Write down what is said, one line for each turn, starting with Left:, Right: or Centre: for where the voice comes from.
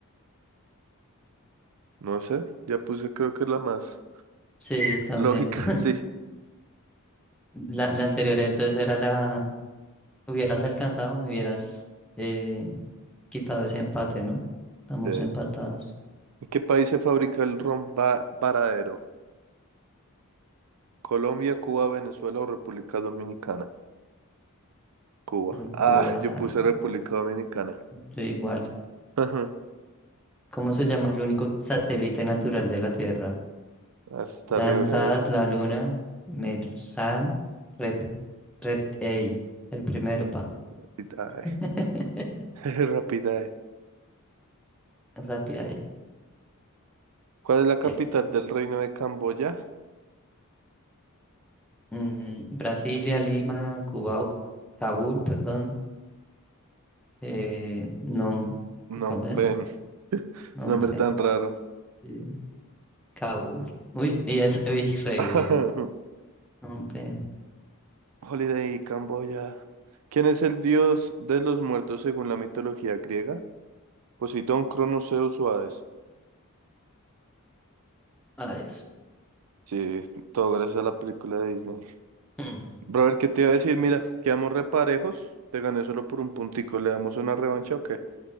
Right: No sé, ya puse creo que la más
Centre: Sí, también.
Right: lógica,
Centre: <laughs>
Right: <laughs> sí.
Centre: La, la anterior entonces era la... Hubieras alcanzado, me hubieras eh, quitado ese empate, ¿no? Estamos
Right: Eh,
Centre: empatados
Right: ¿En qué país se fabrica el ron va- varadero? ¿Colombia, Cuba, Venezuela o República Dominicana? Cuba.
Centre: en
Right: Ah,
Centre: Cuba. <laughs>
Right: yo
Centre: ajá.
Right: puse República Dominicana.
Centre: Yo igual.
Right: <laughs>
Centre: ¿Cómo se llama el único satélite natural de la Tierra?
Right: Así está
Centre: Landsat,
Right: re breve.
Centre: la Luna, Melsan, Rep, Rep, ey, el primero, pa.
Right: Rapidae.
Centre: <laughs>
Right: <laughs> Rapidae.
Centre: Rápida, eh.
Right: ¿Cuál es la capital
Centre: Eh,
Right: del reino de Camboya?
Centre: mm, Brasilia, Lima, Cuba, Kabul, perdón. eh, Nom,
Right: Phnom
Centre: ¿cómo es?
Right: Penh.
Centre: Nom
Right: Es un nombre tan raro.
Centre: eh, Kabul. Uy, y es, uy, re
Right: <laughs>
Centre: bien. Nom Pen,
Right: Holiday, Camboya. ¿Quién es el dios de los muertos según la mitología griega? Poseidón, Cronos, Zeus o Hades.
Centre: Hades.
Right: Sí, todo gracias a la película de Disney.
Centre: Mm.
Right: Brother, ¿qué te iba a decir? Mira, quedamos reparejos. Te gané solo por un puntico. ¿Le damos una revancha o qué?